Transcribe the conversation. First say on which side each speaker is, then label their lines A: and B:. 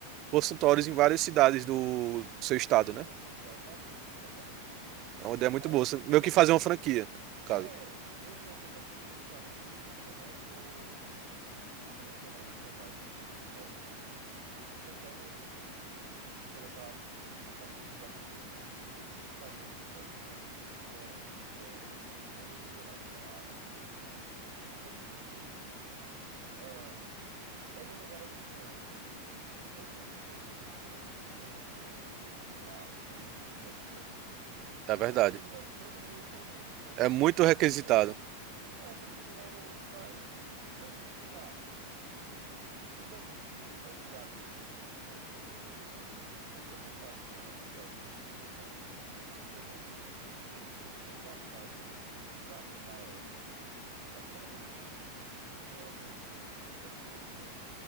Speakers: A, on the right (about 35°); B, on the right (about 55°).
A: consultórios em várias cidades do seu estado, né?
B: Exatamente, exatamente.
A: É uma ideia muito
B: Aí
A: boa. Você-
B: vê.
A: Meio que fazer uma franquia, no caso.
B: É, eu tenho muito aquele pensamento de que eu não tô, eu não tô mais nessa vibe de querer comprar o mundo. Eu só quero conseguir colocar a cabeça no travesseiro, dormir e saber que eu posso arrumar um emprego a hora que eu quiser, onde eu quiser na minha área, entendeu? Se- Essa questão de que ah, é muito aquela visão. Todas as pessoas do mundo são meus, são meus clientes, se eu me formar nesse tipo de profissão, entendeu? Se-
A: É verdade.
B: Todo mundo vai, todo mundo tem dente, então
A: É
B: todo
A: muito
B: mundo, uma hora
A: requisitado.
B: ou outra é, todo mundo uma hora ou outra vai, vai querer cuidar. E eu já tive, antigamente, quando eu tinha uns 18 anos, eu tinha muita vontade de morar nos Estados Unidos. Eu não fui porque eu não tinha que investir isso numa passagem para mim na época. Mas como eu não tinha estudo, não tinha conhecimento de muita coisa